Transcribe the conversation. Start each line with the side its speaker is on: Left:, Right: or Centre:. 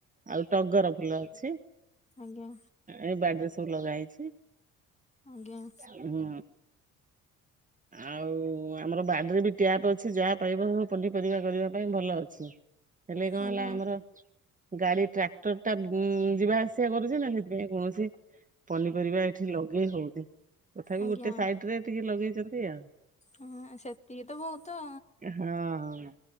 Right: ଆଉ ଟଗର ଫୁଲ ଅଛି।
Left: ଆଜ୍ଞା
Right: ଏ ବାଡିରେ ସବୁ ଲଗା ହେଇଚି।
Left: ଆଜ୍ଞା
Right: ହୁଁ ଆଉ ଆମର ବାଡିରେ ବି ଟ୍ୟାପ୍ ଅଛି ଯାହା ପାଇବ ସବୁ ପନି ପରିବା କରିବା ପାଇଁ ଭଲ ଅଛି। ହେଲେ କଣ
Left: ଆଜ୍ଞା
Right: ହେଲା ଆମର ଗାଡି ଟ୍ରାକ୍ଟର ଟା ଉଁ ଯିବା ଆସିବା କରୁଛି ନା। ସେଥିପାଇଁ କୌଣସି ପନିପରିବା ଏଠି ଲଗେଇ ହଉଦି ତଥାପି
Left: ଆଜ୍ଞା
Right: ଗୋଟେ ସାଇଟ ରେ ଟିକେ ଲଗେଇଚନ୍ତି। ଆଉ
Left: ହଁ ସେତିକି ତ ବହୁତ।
Right: <inaudible>